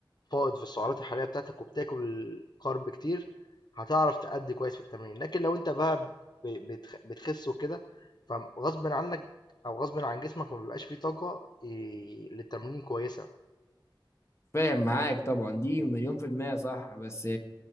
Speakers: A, on the left (about 55°); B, on the left (about 30°).
A: فائض في السعرات الحرارية بتاعتك وبتاكل كارب كتير هتعرف تأدي كويس في التمرين لكن لو انت بقى ب- بتخ- بتخس وكده فغصب عنك او غصب عن جسمك ما بيبقاش فيه طاقة إيه، للتمرين كويسة
B: فاهم معاك طبعا دي مليون في المية صح بس